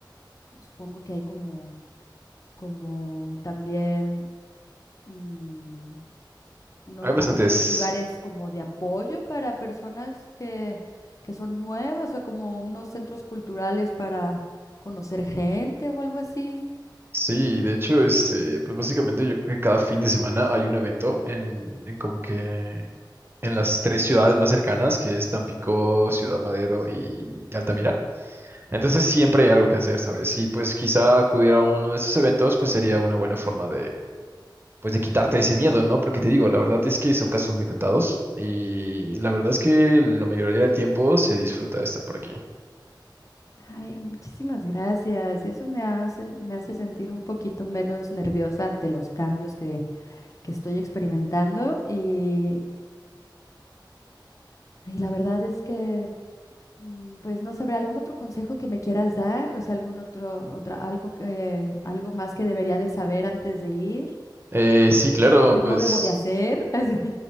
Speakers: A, on the left; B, on the right.
A: supongo que hay como, como también mm, uno-
B: Hay bastantes,
A: algunos lugares como de apoyo para personas que, que son nuevas o como unos centros culturales para conocer gente o algo así.
B: sí, de hecho, es, eh, pues básicamente yo creo que cada fin de semana hay un evento en, en como que en las tres ciudades más cercanas, que es Tampico, Ciudad Madero y Altamira. Entonces siempre hay algo que hacer, ¿sabes? Y pues quizá acudir a uno de esos eventos, pues sería una buena forma pues de quitarte ese miedo, ¿no? Porque te digo, la verdad es que son casos muy contados y la verdad es que la mayoría del tiempo se disfruta de estar por aquí.
A: Ay, muchísimas gracias. Eso me hace, me hace sentir un poquito menos nerviosa ante los cambios que que estoy experimentando y, y la verdad es que, mm, pues no sabré, algún otro consejo que me quieras dar, o sea, algún otro, otra, algo que, algo más que debería de saber antes de ir,
B: Eh, sí, claro,
A: algo que
B: pues
A: no debo de hacer, <laughs> así.